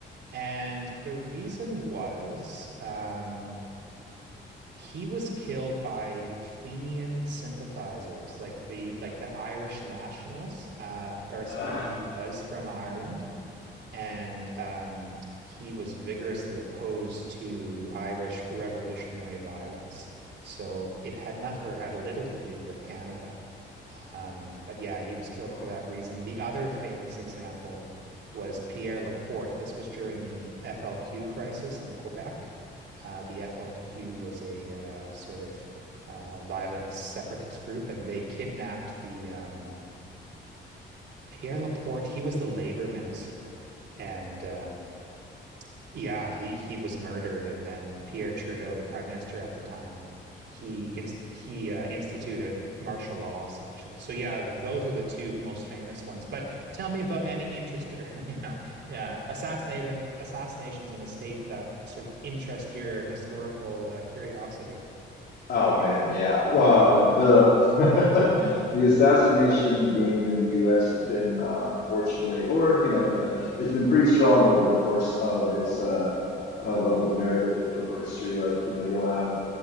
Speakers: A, on the right (about 60°); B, on the left (about 55°).
A: And the reason was um, he was killed by Fenian sympathizers, like the like the Irish nationalists. Uh, Darcy
B: Uh,
A: McGee was from Ireland, and um, he was vigorously opposed to Irish revolutionary violence. So it had nothing or had little to do with Canada. Um, but yeah, he was killed
B: wow.
A: for that reason. The other famous example was Pierre Laporte. This was during the FLQ crisis in Quebec. Uh, the FLQ was a uh, sort of uh, violent separatist group, and they kidnapped the um, Pierre Laporte. He was the labor minister, and um, yeah, he he was murdered, and then Pierre Trudeau, the prime minister at the time, he inst he uh, instituted martial law essentially. So yeah, those are the two most famous ones. But tell me about any interest or <laughs> you know uh, assassination assassinations in the state that sort of interest your historical uh, curiosity.
B: Oh man, yeah. Well, the <laughs> the assassination game in the U.S. has been uh, unfortunately, or you know, depend, has been pretty strong over the course of its uh, of of America's political history. Like you know, you'll have